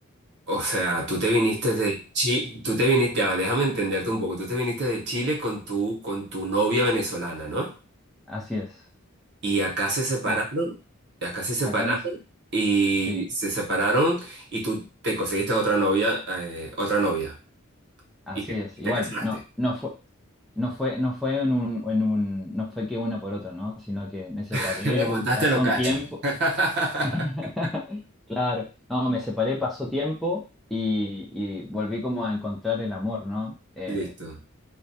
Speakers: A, on the right (about 55°); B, in the centre.
A: O sea, tú te viniste de Chile, tú te viniste, ya, va, déjame entenderte un poco, tú te viniste de Chile con tu, con tu novia venezolana, ¿no?
B: así es.
A: Y acá se separaron,
B: Acá,
A: y acá se separaron,
B: acá no sé,
A: y
B: sí.
A: se separaron, y tú te conseguiste otra novia, eh, otra novia,
B: Así
A: y te,
B: es,
A: y
B: igual,
A: te casaste.
B: no, no fue, no fue, no fue en un, en un, no fue que una por otra, ¿no? Sino que me separé,
A: <laughs> Le montaste
B: pasó
A: los cachos.
B: un tiempo,
A: <laughs>
B: <laughs> claro, no, me separé, pasó tiempo y, y volví como a encontrar el amor, ¿no? Eh,
A: Listo.